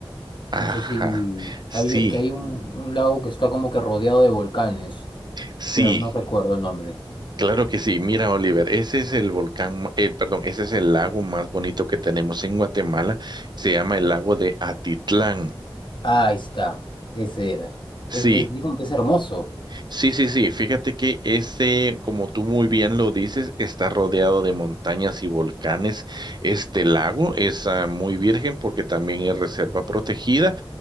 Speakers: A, on the right; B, on the left.
A: Ajá,
B: No sé si
A: sí,
B: había, que hay un, un lago que está como que rodeado de volcanes,
A: sí.
B: pero no recuerdo el nombre.
A: Claro que sí. Mira, Oliver, ese es el volcán, ma- eh, perdón, ese es el lago más bonito que tenemos en Guatemala. Se llama el lago de Atitlán.
B: Ah, ahí está. Ese era.
A: Sí,
B: Es, es- dicen que es hermoso.
A: sí, sí, sí. Fíjate que ese, como tú muy bien lo dices, está rodeado de montañas y volcanes. Este lago es ah, muy virgen porque también es reserva protegida